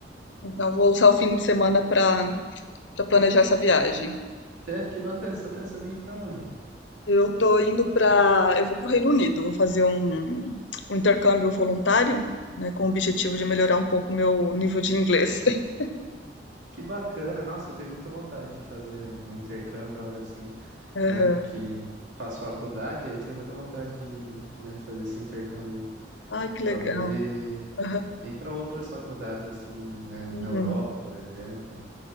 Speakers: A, on the left; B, on the right.
A: Então eu vou usar o fim de semana para para planejar essa viagem.
B: Sério, que bacana. Você tá pensando em ir pra onde?
A: Eu tô indo para, eu vou para o Reino Unido, vou fazer um, um intercâmbio voluntário, né, com o objetivo de melhorar um pouco o meu nível de inglês. <laughs>
B: Que bacana. Nossa, eu tenho muita vontade de fazer um intercâmbio, algo assim,
A: Aham.
B: né? Que faço faculdade, aí eu tenho muita vontade de, né, fazer esse intercâmbio
A: Ai, que legal.
B: pra poder
A: Aham.
B: ir pra outras faculdades, assim, né?
A: Uhum.
B: Na Europa, por exemplo.